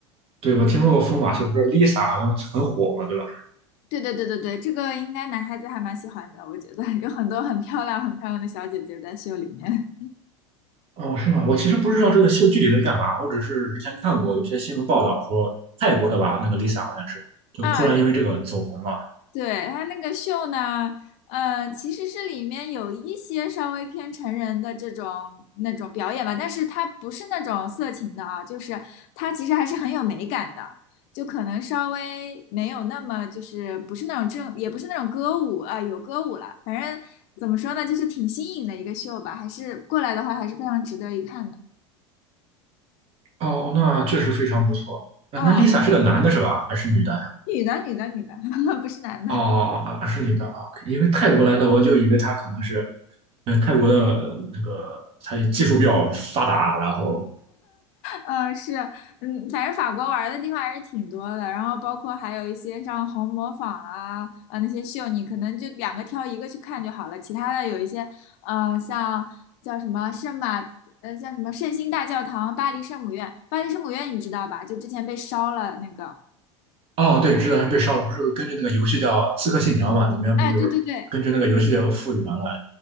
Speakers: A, on the right (about 35°); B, on the left (about 45°).
A: 对，我听说过疯马秀，不是 Lisa 好像很火嘛，对吧？
B: 对对对对对，这个应该男孩子还蛮喜欢的，我觉得有很多很漂亮、很漂亮的小姐姐在秀里面。
A: 哦，是吗？我其实不知道这个秀具体在干嘛，我只是之前看过有些新闻报道说泰国的吧，那个 Lisa 好像是就突然因为这个走红了。
B: <laughs> 啊，对，他那个秀呢，呃，其实是里面有一些稍微偏成人的这种那种表演吧，但是它不是那种色情的啊，就是它其实还是很有美感的，就可能稍微没有那么就是不是那种正，也不是那种歌舞啊，呃有歌舞了，反正怎么说呢，就是挺新颖的一个秀吧，还是过来的话还是非常值得一看的
A: 哦，那确实非常不错。啊，
B: 啊，
A: 那 Lisa 是个男的是吧？还是女的呀？
B: 女的，女的，女的，<laughs> 不是男的。
A: 哦，啊是女的啊，因为泰国来的，我就以为她可能是，嗯，泰国的呃那个她技术比较发达，然后
B: 嗯，是，嗯，反正法国玩儿的地方还是挺多的，然后包括还有一些像红磨坊啊，呃，那些秀，你可能就两个挑一个去看就好了，其他的有一些，呃，像叫什么圣马，呃，叫什么圣心大教堂、巴黎圣母院，巴黎圣母院你知道吧？就之前被烧了那个，
A: 哦，对，知道是被烧了，不是根据那个游戏叫《刺客信条》嘛，里面不是
B: 哎，对对对，
A: 根据那个游戏叫复原了，